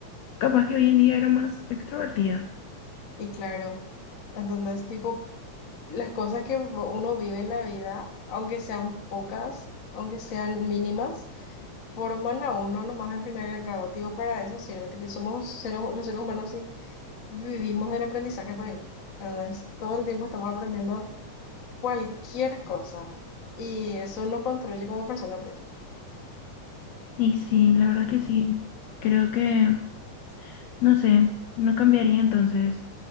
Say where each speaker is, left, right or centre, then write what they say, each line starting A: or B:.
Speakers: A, on the left; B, on the left.
A: capaz que hoy en día era más extrovertida.
B: Y claro, ¿entendés? Tipo, las cosas que vo- uno vive en la vida, aunque sean pocas, aunque sean mínimas, forman a uno nomás al final y al cabo. Tipo, para eso sirve. Tipo, somos seres, hu- los seres humanos y vivimos del aprendizaje por ahí. Entonces, todo el tiempo estamos aprendiendo cualquier cosa y eso nos construye como persona por ahí.
A: Y sí, la verdad que sí. Creo que, no sé, no cambiaría entonces